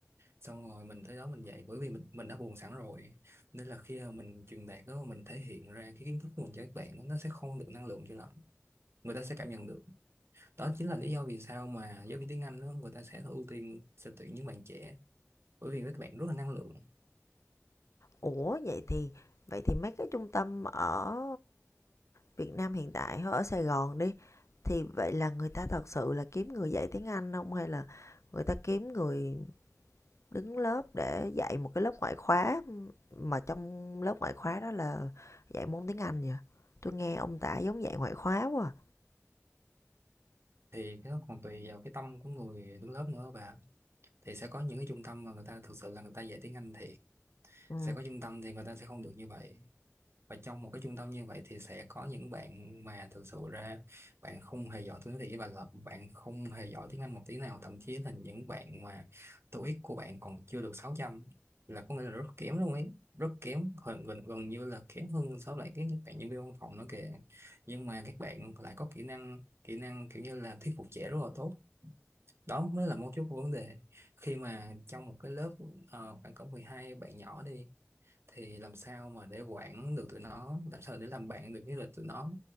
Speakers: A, on the right; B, on the left.
A: xong rồi mình tới đó mình dạy bởi vì mình mình đã buồn sẵn rồi nên là khi mà mình truyền đạt đó mình thể hiện ra cái kiến thức của mình cho các bạn đó, nó sẽ không được năng lượng cho lắm người ta sẽ cảm nhận được đó chính là lý do vì sao mà giáo viên tiếng Anh đó, người ta sẽ ưu tiên sẽ tuyển những bạn trẻ bởi vì các bạn rất là năng lượng
B: ủa vậy thì vậy thì mấy cái trung tâm ở Việt Nam hiện tại ở Sài Gòn đi thì vậy là người ta thật sự là kiếm người dạy tiếng Anh không hay là người ta kiếm người đứng lớp để dạy một cái lớp ngoại khóa mà trong lớp ngoại khóa đó là dạy môn tiếng Anh vậy. Tôi nghe ông tả giống dạy ngoại khóa quá.
A: thì cái đó còn tùy vào cái tâm của người đứng lớp nữa và thì sẽ có những cái trung tâm mà người ta thực sự là người ta dạy tiếng Anh thì
B: Ừ.
A: sẽ có trung tâm thì người ta sẽ không được như vậy và trong một cái trung tâm như vậy thì sẽ có những bạn mà thực sự ra bạn không hề giỏi tiếng thì và là bạn không hề giỏi tiếng Anh một tí nào thậm chí là những bạn mà TOEIC của bạn còn chưa được sáu trăm là có nghĩa là rất kém luôn ấy rất kém gần, gần, gần như là kém hơn so với lại cái bạn nhân viên văn phòng nữa kìa nhưng mà các bạn lại có kỹ năng kỹ năng kiểu như là thuyết phục trẻ rất là tốt đó mới là mấu chốt của vấn đề khi mà trong một cái lớp ờ, khoảng cỡ 12 bạn nhỏ đi thì làm sao mà để quản được tụi nó làm sao để làm bạn được với lại tụi nó